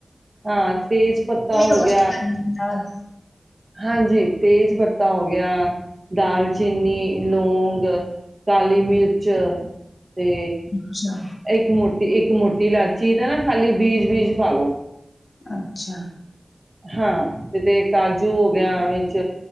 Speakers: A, on the right; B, on the left.
A: ਹਾਂ ਤੇਜਪੱਤਾ ਹੋ
B: ਰੋਸਟ
A: ਗਿਆ,
B: ਕਰਨੇ ਨਾਲ
A: ਹਾਂਜੀ। ਤੇਜ਼ ਪੱਤਾ ਹੋ ਗਿਆ, ਦਾਲਚੀਨੀ, ਲੌਂਗ, ਕਾਲੀ ਮਿਰਚ ਤੇ
B: ਅੱਛਾ
A: ਇੱਕ ਮੋਟੀ, ਇੱਕ ਮੋਟੀ ਲਾਚ ਚੀ ਦਾ ਨਾ ਖਾਲੀ ਬੀਜ-ਬੀਜ ਪਾਲ ਲੋ।
B: ਅੱਛਾ।
A: ਹਾਂ ਤ ਤੇ ਕਾਜੂ ਹੋ ਗਿਆ ਵਿੱਚ